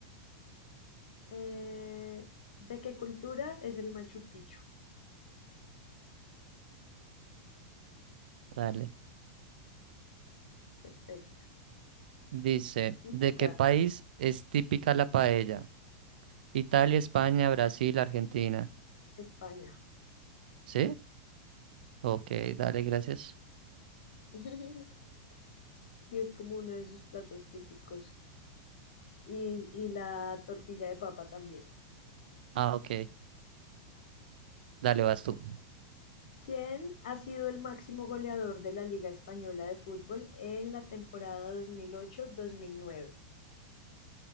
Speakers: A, on the left; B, on the right.
A: Eh, ¿de qué cultura es el Machu Picchu?
B: Dale.
A: Perfecto.
B: Dice,
A: Inca,
B: ¿de qué país es típica la paella? Italia, España, Brasil, Argentina.
A: España.
B: ¿Sí? Ok, dale, gracias.
A: <laughs> Sí, es como uno de sus platos típicos. Y, y la tortilla de papa también.
B: Ah, ok. Dale, vas tú.
A: ¿Quién ha sido el máximo goleador de la Liga española de fútbol en la temporada 2008-2009.